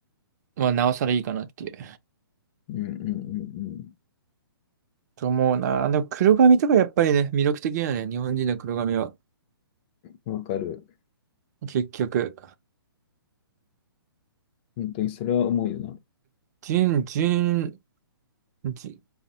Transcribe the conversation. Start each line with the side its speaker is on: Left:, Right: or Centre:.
Right: はなおさらいいかなっていう。
Left: うんうんうんうん。
Right: と思うな。でも黒髪とかやっぱりね、魅力的だよね。日本人の黒髪は。
Left: わかる。
Right: 結局。
Left: 本当にそれは思うよな。
Right: 純、純ジ、